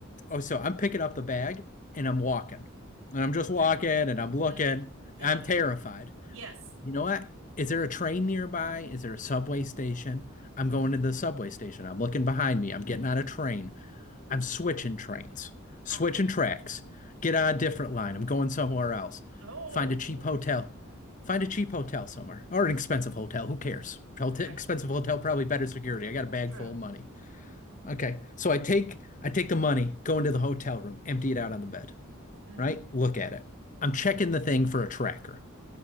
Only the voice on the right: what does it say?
Okay.
Mm-hmm.
Yep.
Yes.
Mm-hmm.
Okay.
Oh,
right.
True.
Mm-hmm.